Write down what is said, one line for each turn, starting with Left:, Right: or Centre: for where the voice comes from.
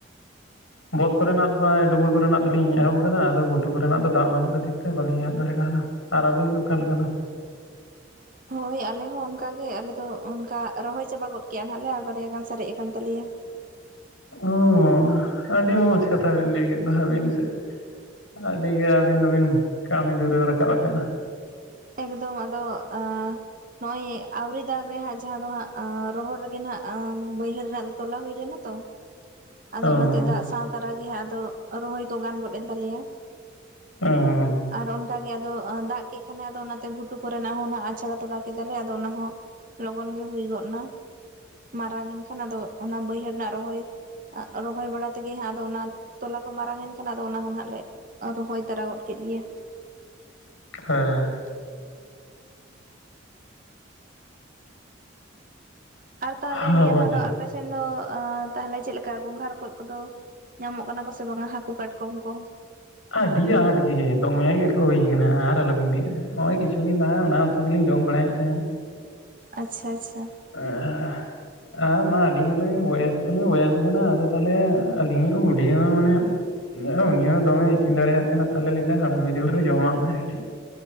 Right: <unintelligible>
Left: ᱵᱚᱛ ᱠᱚᱨᱮᱱᱟᱜ ᱫᱚ ᱵᱟᱝ ᱰᱩᱵᱟᱹ ᱠᱚᱨᱮᱱᱟᱜ ᱫᱚᱞᱤᱧ ᱮᱦᱚᱵ ᱟᱠᱟᱫᱟ, ᱟᱫᱚ ᱜᱷᱩᱴᱩ ᱠᱚᱨᱮᱱᱟᱜ ᱫᱚ ᱫᱟᱜ ᱵᱟᱹᱱᱩᱜ ᱠᱷᱟᱹᱛᱤᱨ ᱛᱮ ᱵᱟᱞᱤᱧ ᱮᱦᱚᱵ ᱫᱟᱲᱮ ᱠᱟᱣᱫᱟ᱾ ᱟᱨ ᱟᱹᱵᱤᱱ ᱜᱮ ᱚᱠᱟ ᱞᱮᱠᱟ ᱫᱚ?
Right: ᱦᱳᱭ ᱟᱞᱮ ᱦᱚᱸ ᱚᱱᱠᱟᱜᱮ, ᱟᱞᱮ ᱫᱚ ᱚᱝᱠᱟ ᱨᱚᱦᱚᱭ ᱪᱟᱵᱟ ᱜᱚᱫ ᱠᱮᱜ ᱱᱟᱦᱟᱸᱜ ᱞᱮ ᱟᱨ ᱵᱟᱨᱭᱟ ᱜᱟᱱ ᱥᱟᱨᱮᱜ ᱟᱠᱟᱱ ᱛᱟᱞᱮᱭᱟ᱾
Left: ᱚᱸ ᱟᱹᱰᱤ ᱢᱚᱡᱽ ᱠᱟᱛᱷᱟ ᱵᱤᱱ ᱞᱟᱹᱭ ᱠᱮᱜ ᱫᱚ ᱦᱟᱸᱜ ᱟᱹᱵᱤᱱ ᱥᱮᱜ᱾ ᱟᱹᱰᱤᱜᱮ ᱟᱹᱵᱤᱱ ᱫᱚᱵᱤᱱ ᱠᱟᱹᱢᱤ ᱫᱷᱩᱨᱟᱹᱣ ᱨᱟᱠᱟᱵ ᱟᱠᱟᱱᱟ᱾
Right: ᱮᱠᱫᱚᱢ ᱟᱫᱚ ᱟᱸ ᱱᱚᱜᱼᱚᱭ ᱟᱣᱨᱤ ᱫᱟᱜᱽ ᱨᱮ ᱦᱟᱸᱜ ᱡᱟᱦᱟᱸ ᱫᱚ ᱦᱟᱸᱜ ᱟᱸ ᱨᱚᱦᱚᱲ ᱨᱮᱜᱮ ᱱᱟᱦᱟᱸᱜ ᱟᱸ ᱵᱟᱹᱭᱦᱟᱹᱲ ᱨᱮᱱᱟᱜ, ᱛᱚᱞᱟ ᱦᱩᱭ ᱞᱮᱱᱟ ᱛᱚ᱾ ᱟᱫᱚ
Left: ᱚᱸ
Right: ᱚᱱᱟᱛᱮ ᱫᱟᱜᱽ ᱥᱟᱶ ᱛᱟᱨᱟ ᱜᱮ ᱦᱟᱸᱜ ᱟᱫᱚ ᱨᱚᱦᱚᱭ ᱠᱚ ᱜᱟᱱ ᱜᱚᱫ ᱮᱱ ᱛᱟᱞᱮᱭᱟ᱾
Left: ᱚᱸ
Right: ᱟᱨ ᱚᱱᱠᱟ ᱜᱮ ᱟᱫᱚ ᱫᱟᱜᱽ ᱠᱮᱜ ᱠᱷᱟᱱᱮ ᱟᱫᱚ ᱚᱱᱟ- ᱛᱮ ᱜᱷᱩᱴᱩ ᱠᱚᱨᱮᱱᱟᱜ ᱦᱚᱸ ᱚᱱᱟ ᱟᱪᱷᱲᱟ ᱛᱚᱨᱟ ᱠᱮᱫᱟᱞᱮ ᱟᱫᱚ ᱚᱱᱟ ᱦᱚᱸ ᱞᱚᱜᱚᱱ ᱜᱮ ᱦᱩᱭ ᱜᱚᱫ ᱱᱟ᱾ ᱢᱟᱨᱟᱝ ᱮᱱ ᱠᱷᱟᱱ ᱟᱫᱚ ᱚᱱᱟ ᱵᱟᱹᱭᱦᱟᱹᱲ ᱨᱮᱱᱟᱜ ᱨᱚᱦᱚᱭ, ᱨᱚᱦᱚᱭ ᱵᱟᱲᱟ ᱛᱮᱜᱮ ᱦᱟᱸᱜ ᱟᱫᱚ ᱚᱱᱟ ᱛᱚᱞᱟ ᱠᱚ ᱢᱟᱨᱟᱝ ᱮᱱ ᱠᱷᱟᱱ ᱟᱫᱚ ᱚᱱᱟ ᱦᱚᱸ ᱱᱟᱦᱟᱸᱜ ᱞᱮ ᱨᱚᱦᱚᱭ ᱛᱟᱨᱟ ᱜᱚᱫ ᱠᱮᱜ ᱜᱮᱭᱟ᱾
Left: ᱦᱮᱸ᱾
Right: ᱟᱨ ᱛᱟᱦᱚᱞᱮ
Left: ᱦᱳᱭ
Right: ᱱᱤᱭᱟᱹ ᱫᱷᱟᱣ
Left: ᱡᱟᱞᱟ
Right: ᱫᱚ ᱟᱯᱮ ᱥᱮᱱ ᱫᱚ ᱟᱸ ᱛᱟᱦᱚᱞᱮ ᱪᱮᱫ ᱞᱮᱠᱟ ᱜᱚᱸᱜᱷᱟ ᱨᱚᱠᱚᱭᱡ ᱠᱚᱫᱚ? ᱧᱟᱢᱚᱜ ᱠᱟᱱᱟ ᱠᱚ ᱥᱮ ᱵᱟᱝᱟ ᱦᱟᱹᱠᱩ ᱠᱟᱴᱠᱚᱢ ᱠᱚ?
Left: ᱟᱹᱰᱤ ᱟᱸᱴ ᱜᱮᱸ, ᱫᱚᱢᱮ ᱜᱮᱠᱚ ᱦᱩᱭ ᱟᱠᱟᱱᱟ ᱟᱨ ᱟᱞᱚᱵᱤᱱ ᱞᱟᱹᱭᱟ ᱦᱚᱸᱜᱼᱚᱭ ᱠᱤᱪᱷᱩ ᱫᱤᱱ ᱞᱟᱦᱟ ᱚᱱᱟ ᱩᱛᱩ ᱜᱮᱞᱤᱧ ᱡᱚᱢ ᱵᱟᱲᱟᱭᱮᱜ ᱛᱟᱦᱮᱸᱜ᱾
Right: ᱟᱪᱪᱷᱟ ᱟᱪᱪᱷᱟ᱾
Left: ᱮᱸ ᱦᱮᱸ, ᱟᱸ ᱢᱟ ᱟᱹᱞᱤᱧ ᱦᱚᱸᱞᱤᱧ ᱵᱚᱭᱮᱥ ᱫᱚᱞᱤᱧ ᱵᱚᱭᱮᱥ ᱟᱠᱟᱱᱟ ᱟᱫᱚ ᱛᱟᱦᱚᱞᱮ ᱟᱹᱞᱤᱧᱤᱜ ᱵᱩᱰᱷᱤ ᱦᱚᱸ ᱢᱟᱱᱮ ᱩᱱᱤᱭᱟᱜ ᱦᱚᱸ ᱩᱱᱤ ᱦᱚᱸ ᱫᱚᱢᱮ ᱤᱥᱤᱱ ᱫᱟᱲᱮᱭᱟᱜ ᱠᱟᱱᱟ ᱛᱟᱦᱚᱞᱮ ᱞᱟᱹᱭᱫᱟ ᱦᱟᱲᱟᱢ ᱵᱤᱫᱟᱹᱞ ᱨᱮ ᱡᱚᱢᱟᱜ ᱢᱮ ᱠᱟᱹᱴᱤᱜ᱾